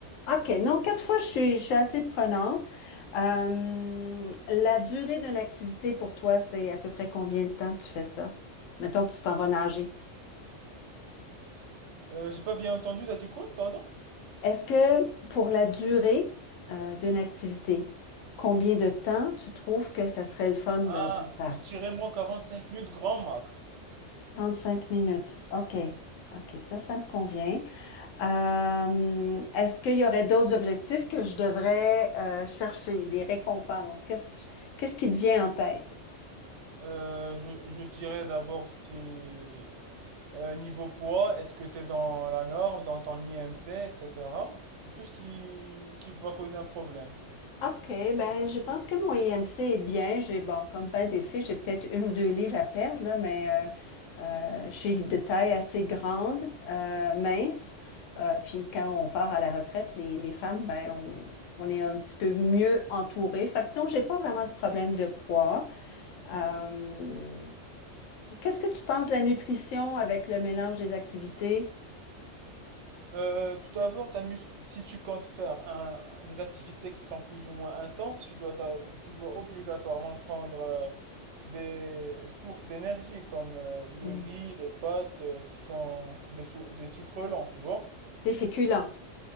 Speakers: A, on the left (about 85°); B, on the right (about 70°).
A: OK. Non, quatre fois, je suis, je suis assez prenante. Euh, la durée d'une activité pour toi, c'est à peu près combien de temps que tu fais ça? Mettons que tu t'en vas nager.
B: Euh, j'ai pas bien entendu, t'as dit quoi, pardon?
A: Est-ce que pour la durée euh, d'une activité, combien de temps tu trouves que ça serait le fun de,
B: Ah,
A: de faire?
B: je dirais moi 45 minutes grand max.
A: cinq minutes. OK. OK, ça, ça me convient. Euh, est-ce qu'il y aurait d'autres objectifs que je devrais euh, chercher, des récompenses? Qu'est-ce, qu'est-ce qui te vient en tête?
B: Euh, je, je dirais d'abord si euh, niveau poids, est-ce que tu es dans la norme, dans ton IMC, etc. C'est tout ce qui, qui va causer un problème.
A: OK, ben je pense que mon IMC est bien. J'ai bon, comme ben des filles, j'ai peut-être une ou deux livres à perdre, là, mais euh, euh, je suis de taille assez grande, euh, mince. Euh, puis quand on part à la retraite, les, les femmes, ben on, on est un petit peu mieux entourées. Fait que non, j'ai pas vraiment de problème de poids. Euh, Qu'est-ce que tu penses de la nutrition avec le mélange des activités?
B: Euh, tout d'abord, ta mus- si tu comptes faire un- des activités qui sont plus ou moins intenses, tu dois, da- tu dois obligatoirement prendre euh, des sources d'énergie comme euh, le
A: Mm.
B: riz, les pâtes, euh, qui sont des, sou- des sucres lents, tu vois?
A: Des féculents,